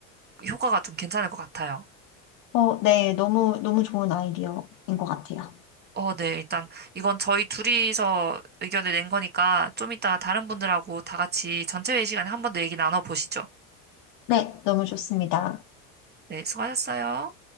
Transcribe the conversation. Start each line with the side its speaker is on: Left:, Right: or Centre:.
Right: 효과가 좀 괜찮을 것 같아요.
Left: 어, 네, 너무 너무 좋은 아이디어인 것 같아요.
Right: 어, 네. 일단 이건 저희 둘이서 의견을 낸 거니까 좀 이따가 다른 분들하고 다 같이 전체 회의 시간에 한 번 더 얘기 나눠보시죠.
Left: 네, 너무 좋습니다.
Right: 네, 수고하셨어요.